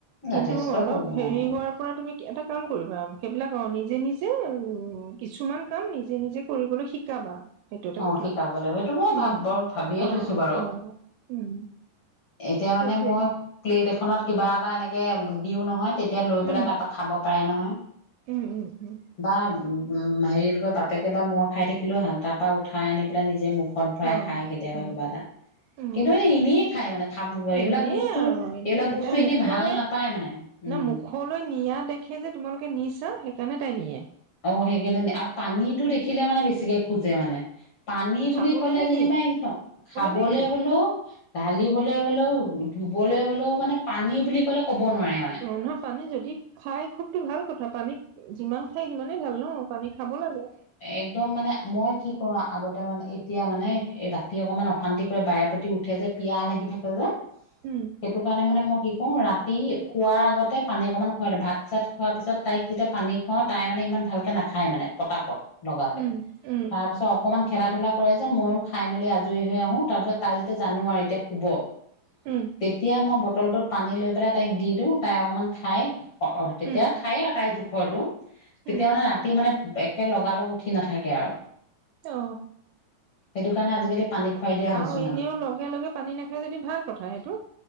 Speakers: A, on the left (about 60°); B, on the right (about 85°).
A: যথেষ্ট
B: কিন্তু অলপ
A: সৰু
B: হেৰি
A: অ
B: হৈ সেয়াই পৰা তুমি এটা কাম কৰিবা সেইবিলাক নিজেই নিজেই কিছুমান নিজেই নিজেই কৰিবলৈ শিক শিকাবা। সেইটো এটা
A: অ
B: কথা
A: শিকাব লাগিব এইটো মই
B: উম
A: ভাব বৰ ভাবিয়ে
B: অ
A: বাৰু।
B: অ উম
A: এতিয়া মানে
B: সেইটোৱে
A: মই প্লেট এখনত কিবা এটা এনেকে দিও নহয় তেতিয়া লৈ পেলাই
B: উম
A: তা খাব পাৰে নহয়।
B: উম উম উম।
A: বা উম হেৰি কয় বাপেকে বা মই খাই থাকিলো তাৰ পৰা উঠাই আনি পেলাই নিজে মুখ ত ভৰাই
B: অ
A: খাই কেতিয়াবা
B: উম
A: কিবা এটা।
B: উম
A: কিন্তু এনে এনেই খায় মানে খাব এইবিলাক
B: এনেই
A: বস্তু
B: আৰু এনেই
A: এইবিলাক বস্তু
B: তাই
A: এনেই
B: মুখলে
A: ভাল নাপায় মানে। উম।
B: না মুখলৈ নিয়া দেখে যে তোমালোকে নিছা সেইকাৰণে তাই নিয়ে।
A: অ সেইকাৰণে নি আৰু পানীটো দেখিলে মানে বেছিকে খোজে মানে। পানী
B: খাবলে
A: বুলি ক'লে
B: নে
A: যেনিবা
B: কি?
A: একদম খাবলে
B: নে কি?
A: হ'লেও ঢালিবলৈ হ'লেও ধুবলৈ হ'লেও, মানে পানী বুলি ক'ব নোৱাৰে মানে।
B: <unintelligible> পানী যদি খাই খুবতো ভাল কথা, পানী যিমান খাই সিমানে ভাল ন। অ পানী খাব লাগে।
A: একদম মানে মই কি কৰোঁ আগতে মানে এতিয়া মানে ৰাতি অকণমান অশান্তি কৰে বাৰে প্ৰতি উঠে যে পিয়া লাগি থাকে যে।
B: উম।
A: সেইটো কাৰণে মানে মই কি কৰঁ ৰাতি শোৱাৰ আগতে পানী অকণমান খুৱাই দিওঁ ভাত-চাত খোৱাৰ পিছত তাইক যেতিয়া পানী তাই ইমান ভালকে নাখায় মানে পতাপত লগাতে,
B: উম উম
A: তাৰ পিছত অকনমান খেলা ধূলা কৰে যে মইো খাই মেলি আজৰি হৈ আহো তাৰ পিছত তাই যেতিয়া জানো আৰু এতিয়া শুব <inaudible> অকনমান খেলা-ধূলা কৰে যে মইয়ো খাই মেলি আজৰি হৈ আহো তাৰ পিছত তাই যেতিয়া জানো আৰু এতিয়া শুব অ।
B: উম।
A: তেতিয়া মই বটলটোত পানী লৈ পেলাই তাইক দি দিওঁ তাই অকমান খাই অ অ তেতিয়া
B: উম
A: খায়েই আৰু তাইৰ জোখটো তেতিয়া
B: উম
A: মানে ৰাতি মানে একে লগালগ উঠি নাথাকে আৰু।
B: অ।
A: সেইটো কাৰণে আজিকালি পানী খুৱাই দিয়া হৈছো
B: আৰু
A: মানে
B: এনেও লগে লগে পানী নাখায় যদি ভাল কথা সেইটো,